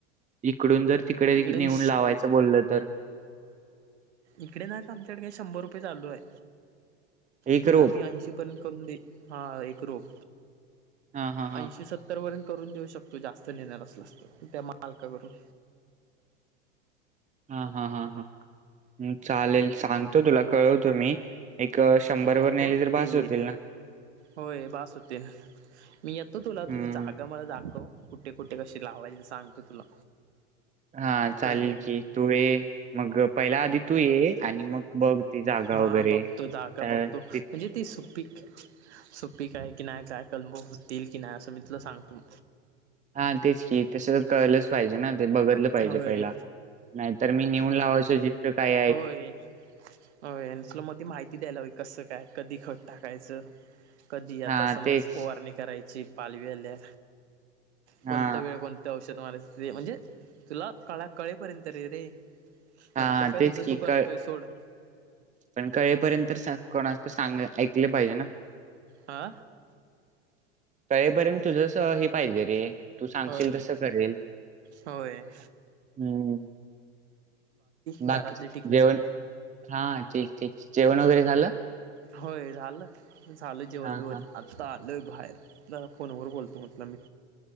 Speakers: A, on the right; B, on the right.
A: इकडून जर तिकडे
B: इकडे
A: नेऊन
B: <inaudible>
A: लावायचं बोललं तर
B: इकडे नाही का आमच्याकडे काही शंभर रुपये चालू आहे.
A: एक
B: तुला
A: रोप
B: मी ऐंशी पर्यंत करून दे हा एक रोप.
A: हा हा हा
B: ऐंशी सत्तर पर्यंत.. करून देऊ शकतो जास्त नेणार असला असत त्या मालका करून.
A: हा हा हा हा् चालेल सांगतो तुला कळवतो मी.. एक शंभर
B: होय
A: वर
B: बघ
A: नेले तर
B: ते
A: बाज होतील ना..
B: होय बास होते मी येतो तुला
A: हम्म.
B: तुझी जागा मला दाखव कुठे कुठे कशी लावायच सांगत तुला.
A: हा चालेल
B: कलम
A: की तू ये मग पहिल्या आधी तू ये.. आणि मग बघ ती जागा
B: हा
A: वगैरे
B: बघतो जागा
A: तर
B: बघतो म्हणजे
A: ते
B: ती सुपीक.. सोपी काय की नाही काय कलब होतील की नाही असं मी तुलं सांगतो..
A: हा तेच की तस कळलंच पाहिजे ना ते बघितलं पाहिजे
B: होय
A: पहिला.. नाही तर मी नेऊन लावायचो जितथकं काय..
B: होय होय तुला मध्ये माहिती द्यायला हवी कसं काय कधी खट टाकायचं कधी आता
A: हा
B: समज
A: तेच
B: फुवारणी करायची पालवी आल्या.. कोणत
A: हा
B: वेळ कोणत्या औषध मला.. ते म्हणजे तुला काळा कळेपर्यंत रे रे. नंतर
A: हा
B: काय
A: तेच
B: तुझं
A: की
B: तू करतोय
A: क
B: सोड
A: पण कळेपर्यंत कोणा सांग.. दिले पाहिजे ना.
B: हा
A: तळेपर्यंत तुझा अस हे पाहिजे रे तू सांगशील
B: होय
A: तसं करेल..
B: होय.
A: हम्म
B: घरातले
A: बाकी
B: ठीक ना
A: जेवण
B: सर
A: हा ठीक ठीक जेवण वगैरे झालं.
B: होय झालं झालं जेवण
A: हा
B: बेवण
A: हा
B: आत्ता. आलय बाहेर फोनवर बोलतो. म्हटलं मी